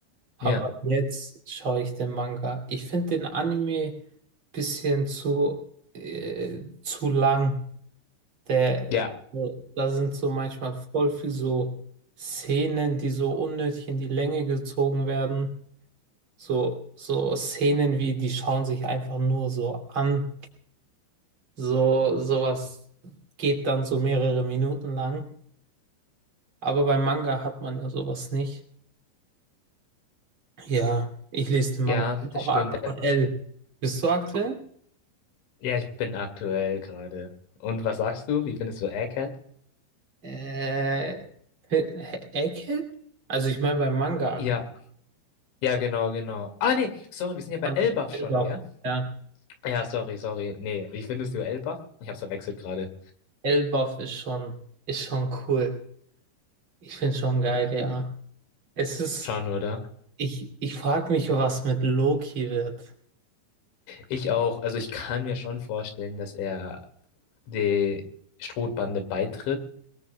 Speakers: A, on the right; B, on the left.
A: aber
B: Ja,
A: jetzt schaue ich den Manga. Ich finde den Anime bisschen zu, äh, zu lang. Der,
B: ja,
A: da sind so manchmal voll viel so Szenen, die so unnötig in die Länge gezogen werden. So, so Szenen wie, die schauen sich einfach nur so an. So, sowas geht dann so mehrere Minuten lang. Aber beim Manga hat man ja sowas nicht. Ja, ich lese den
B: ja,
A: Manga. Bin
B: das
A: auch
B: stimmt.
A: aktuell.
B: Ja,
A: Bist du aktuell?
B: ja, ich bin aktuell gerade. Und was sagst du? Wie findest du Egghead?
A: Äh, Egghead? Also ich meine beim Manga.
B: Ja, ja, genau, genau. Ah, nee, sorry, wir sind ja bei
A: Man-
B: Elbaf
A: ja
B: schon,
A: selber,
B: gell?
A: Ja.
B: Ja, sorry, sorry. Nee, wie findest du Elbaf? Ich hab's verwechselt gerade.
A: Elbaf ist schon, ist schon cool. Ich find's schon geil, ja. Es ist,
B: Schau nur da.
A: ich, ich frage mich, was mit Loki wird.
B: Ich auch. Also ich kann mir schon vorstellen, dass er die Strohbande beitritt.